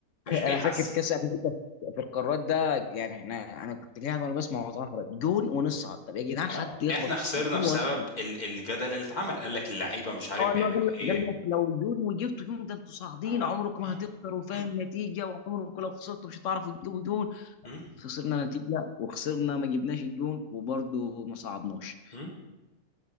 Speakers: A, on the left; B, on the left.
A: <laughs>
B: مش بيحسن
A: انا فاكر كاس امريكا في القارات ده يعني احنا انا كنت قاعد وانا بسمع وأنا اتفرج جون ونصعد طب يا جدعان
B: اه
A: حد يخبط
B: احنا خسرنا
A: الك- جون
B: بسبب
A: ونصعد
B: ال- الجدل اللي اتعمل قال لك اللعيبه مش عارف
A: اه
B: بيعملوا
A: اللي هو قال لك
B: ايه
A: قال لك لو جون وجبتوا جون ده انتوا صاعدين
B: اه
A: عمرك ما
B: اه
A: هتخسروا فاهم
B: مم،
A: النتيجه وعمرك لو خسرتوا مش هتعرفوا تجيبوا جون
B: مم،
A: خسرنا نتيجه وخسرنا ما جبناش الجون وبرضه ما صعدناش
B: مم.